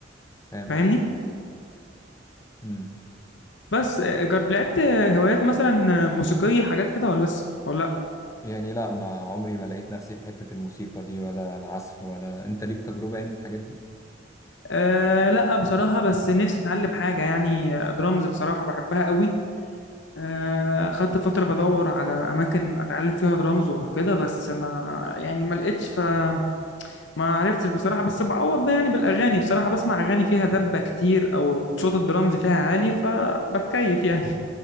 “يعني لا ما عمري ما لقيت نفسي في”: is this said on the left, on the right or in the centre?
Left